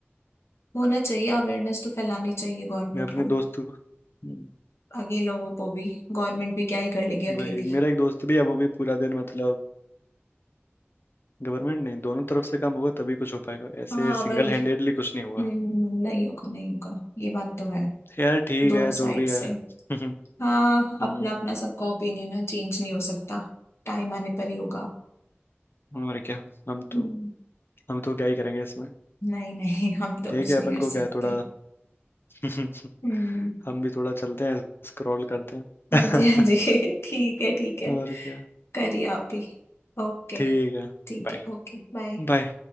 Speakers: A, on the left (about 75°); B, on the left (about 55°).
A: होना चाहिए अवेयरनेस तो फैलानी चाहिए गवर्नमेंट
B: मैं अपने
A: को
B: दोस्त को हम्म,
A: बाकी लोगों को भी गवर्नमेंट भी क्या ही कर लेगी अकेली
B: वही मेरा एक दोस्त भी है वो भी पूरा दिन मतलब गवर्नमेंट नहीं दोनों तरफ से काम होगा तभी कुछ हो पाएगा ऐसे
A: हाँ
B: सिंगल
A: भाई
B: हैंडेडली कुछ नहीं होगा
A: हम्म हम्म, नहीं होगा नहीं होगा ये बात तो है
B: तो यार ठीक
A: दोनों
B: है
A: साइड
B: जो भी
A: से
B: है <laughs>
A: हाँ
B: हम्म
A: अपना अपना सबका ओपिनियन है चेंज नहीं हो सकता टाइम आने पर ही होगा
B: और क्या हम
A: हम्म,
B: तो हम तो क्या ही करेंगे इसमें
A: नहीं नहीं हम तो
B: ठीक
A: कुछ
B: है
A: नहीं
B: अपन
A: कर
B: को
A: सकते
B: क्या है थोड़ा <laughs>
A: हम्म
B: हम भी थोड़ा चलते हैं स्क्रॉल करते हैं
A: हाँ
B: <laughs>
A: जी हाँ जी <laughs> ठीक है ठीक है
B: और क्या
A: करिए आप भी ओके
B: ठीक है
A: ठीक
B: बाय
A: है ओके बाय
B: बाय